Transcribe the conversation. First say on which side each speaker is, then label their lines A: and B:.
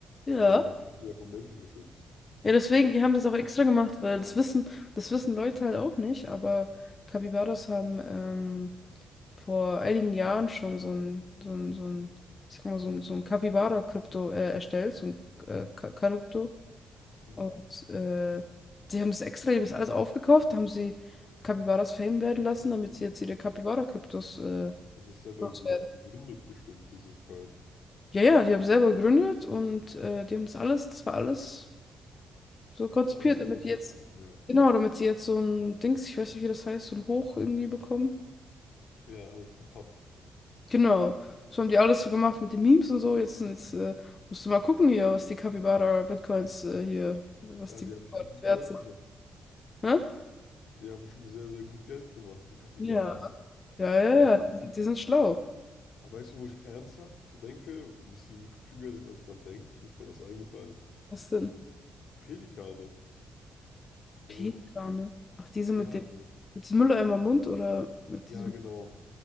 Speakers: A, on the left (about 30°); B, on the left (about 65°).
A: Ja.
B: und werden noch viel mehr von Menschen beschützt.
A: Ja, deswegen, die haben das auch extra gemacht, weil das wissen, das wissen Leute halt auch nicht, aber Capybaras haben ähm, vor einigen Jahren schon so ein, so ein, so ein, ich sag mal, so ein, so ein Capybara-Krypto äh, erstellt, so ein äh, Ka- Krypto.
B: Mhm.
A: Und äh, sie haben das extra, die haben das alles aufgekauft, haben sie Capybaras Fame werden lassen, damit sie jetzt ihre Capybara-Kryptos äh,
B: Die haben das selber
A: loswerden.
B: ge gegründet, bestimmt, diesen Coin.
A: Ja, ja, die haben selber gegründet und äh, die haben das alles, das war alles So konzipiert,
B: Das war alles
A: damit
B: ein großer
A: die jetzt,
B: Plan, ja.
A: genau, damit sie jetzt so ein Dings, ich weiß nicht, wie das heißt, so ein Hoch irgendwie bekommen.
B: Ja, halt ein Pump.
A: Genau. So haben die alles so gemacht mit den Memes und so. Jetzt, jetzt äh, musst du mal gucken hier, was die Capybara Bitcoins äh, hier, was
B: Ja,
A: die
B: die haben schon gut
A: wert
B: Geld
A: sind.
B: gemacht.
A: Hä?
B: Die haben schon sehr, sehr gut Geld gemacht, die Capybaras.
A: Ja. Ja, ja,
B: Weißt
A: ja, die,
B: du,
A: sind- die sind schlau.
B: aber weißt du, wo ich ernsthaft denke, die, die klüger sind, als man denkt? Mir ist gerade was eingefallen.
A: Was denn?
B: Pelikane. Also,
A: Pelikane. Ach, diese mit
B: ja,
A: dem,
B: also,
A: mit diesem Mülleimer im Mund oder mit
B: ja,
A: diesem,
B: genau.